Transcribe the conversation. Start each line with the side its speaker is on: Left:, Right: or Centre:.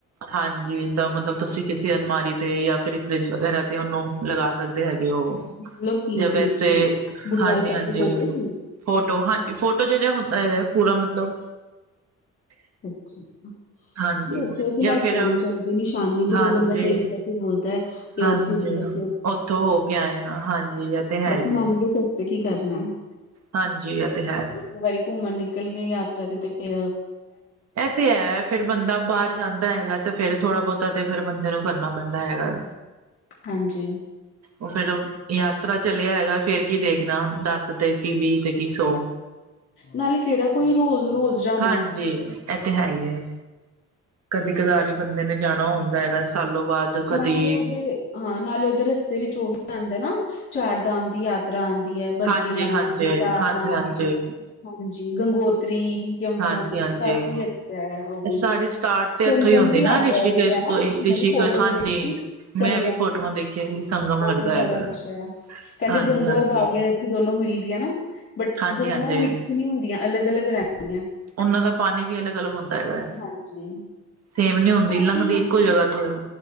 Right: ਹਾਂਜੀ, ਜਿਦਾਂ ਮਤਲਬ ਤੁਸੀਂ ਕਿਸੇ ਅਲਮਾਰੀ ਤੇ ਜਾਂ ਫਿਰ ਫਰਿਜ਼ ਵਗੈਰਾ ਤੇ ਉਹਨੂੰ ਲਗਾ ਸਕਦੇ ਹੈਗੇ ਓ।
Left: ਮਤਲਬ ਕੀ
Right: ਜਾਂ
Left: ਸੀ
Right: ਵੈਸੇ,
Left: ਗੁਰਦੁਆਰੇ
Right: ਹਾਂਜੀ-ਹਾਂਜੀ।
Left: ਸਾਹਿਬ ਦੀ ਫੋਟੋ
Right: ਫ਼ੋਟੋ
Left: ਸੀ?
Right: ਹਾਂ, ਫ਼ੋਟੋ ਜਿਹੜੇ ਹੁੰਦਾ ਹੈਗਾ, ਪੂਰਾ ਮਤਲਬ
Left: ਅੱਛਾ।
Right: ਹਾਂਜੀ
Left: ਚਲੋ ਅੱਛਾ, ਵੈਸੇ
Right: ਜਾਂ
Left: ਲੈ ਕੇ
Right: ਫਿਰ
Left: ਆਉਣੀ ਚਾਹੀਦੀ ਨਿਸ਼ਾਨੀ। ਜਦੋਂ
Right: ਹਾਂਜੀ
Left: ਬੰਦਾ ਦੇਖਦਾ ਫੇਰ ਬੋਲਦਾ ਏ ਉੱਥੋਂ
Right: ਹਾਂਜੀ
Left: ਦੀ ਐ, ਅਸੀ
Right: ਉੱਥੋਂ ਹੋ ਕੇ ਆਏ ਆ ਹਾਂਜੀ ਤੇ ਹੈ
Left: ਬਾਕੀ
Right: ਹੀ
Left: ਮਹਿੰਗੇ-ਸੱਸਤੇ
Right: ਹੈ
Left: ਕੀ ਕਰਨੈ।
Right: ਹਾਂਜੀ, ਉਹ ਤੇ ਹੈ ਵਾ।
Left: ਇੱਕ ਵਾਰੀ ਘੁੰਮਣ ਨਿਕਲ ਗਏ ਯਾਤਰਾ ਤੇ-ਤੇ ਫੇਰ
Right: ਐਹ ਤੇ ਹੈ, ਫੇਰ ਬੰਦਾ ਬਾਰ ਜਾਂਦਾ ਹੈਗਾ ਤੇ ਫੇਰ ਥੋੜਾ ਬਹੁਤਾ ਤੇ ਫਿਰ ਬੰਦੇ ਨੂੰ ਕਰਨਾ ਪੈਂਦਾ ਹੈਗਾ।
Left: ਹਾਂਜੀ।
Right: ਉਹ ਫੇਰ ਉਹ ਯਾਤਰਾ ਚੱਲਿਆ ਹੈਗਾ, ਫੇਰ ਕੀ ਦੇਖਣਾ, ਦਸ ਤੇ ਕੀ ਵੀਹ ਤੇ ਕੀ ਸੌ।
Left: ਨਾਲੇ ਕਿਹੜਾ ਕੋਈ ਰੋਜ਼-ਰੋਜ਼ ਜਾਣਾ,
Right: ਹਾਂਜੀ।
Left: ਹੈ,
Right: ਐਹ ਤੇ ਹੈ ਈ ਐ। ਕਦੀ-ਕਦਾਰ ਈ ਬੰਦੇ ਨੇ ਜਾਣਾ ਹੁੰਦਾ ਹੈਗਾ, ਸਾਲੋ ਬਾਅਦ। ਕਦੀ
Left: ਨਾਲੇ ਉਹਦੇ ਹਾਂ, ਨਾਲੇ ਉਹਦੇ ਰਸਤੇ ਵਿੱਚ ਉਹ ਵੀ ਪੈਂਦਾ ਨਾ। ਚਾਰ-ਦਾਮ ਦੀ ਯਾਤ ਤਰਾਂ ਆਂਦੀ ਐ। ਬਦਰੀਨਾਥ,
Right: ਹਾਂਜੀ ਹਾਂਜੀ
Left: ਕੇਦਾਰਨਾਥ,
Right: ਹਾਂਜੀ ਹਾਂਜੀ
Left: ਹਾਂਜੀ ਗੰਗੋਤਰੀ ਜੰਮੂ
Right: ਹਾਂਜੀ
Left: ਕਾਫ਼ੀ
Right: ਹਾਂਜੀ
Left: ਅੱਛਾ ਐ ਓ ਵੀ।
Right: ਸਾਡੀ ਸਟਾਰਟ
Left: ਸੰਗਮ
Right: ਤੇ ਇੱਥੋਂ ਹੀ ਹੁੰਦੀ
Left: ਵੀ
Right: ਨਾ
Left: ਆਉਂਦਾ
Right: ਰਿਸ਼ੀਕੇਸ਼
Left: ਉੱਥੇ ਹਨਾ।
Right: ਤੋਂ ਹੀ
Left: ਮਾਧੋ
Right: ਰਿਸ਼ੀਕੇਸ਼
Left: ਪੁਰ ਉਹ
Right: ਹਾਂਜੀ
Left: ਗਏ ਤੇ ਸੀ ਸੰਗਮ।
Right: ਮੈਂ ਵੀ ਫੋਟੋਆਂ ਦੇਖੀਆਂ ਸੀ ਸੰਗਮ
Left: ਓ
Right: ਲੱਗਦਾ
Left: ਵੀ ਬੜਾ
Right: ਹੈਗਾ
Left: ਅੱਛਾ ਐ। ਕਹਿੰਦੇ
Right: ਹਾਂਜੀ
Left: ਗਂਗੋ
Right: ਹਾਂਜੀ
Left: ਰ ਬਾਗ ਗੇ ਦੋਨੋ ਮਿਲਦੀਆਂ ਨਾ‌। ਬਟ,
Right: ਹਾਂਜੀ
Left: ਦੋਨੋ
Right: ਹਾਂਜੀ
Left: ਮਿਕਸ ਨੀ ਹੁੰਦੀਆਂ। ਅਲੱਗ-ਅਲੱਗ ਰੇਂਦੀਆ
Right: ਉਹਨਾਂ ਦਾ ਪਾਣੀ ਵੀ ਅਲੱਗ-ਅਲੱਗ ਹੁੰਦਾ ਹੈਗਾ।
Left: ਹਾਂਜੀ।
Right: ਸੇਮ ਨੀ ਹੁੰਦੀ,
Left: ਕਾਫੀ
Right: ਲੰਘਦੀ ਇੱਕੋ ਜਗ੍ਹਾ ਤੋਂ ਐ।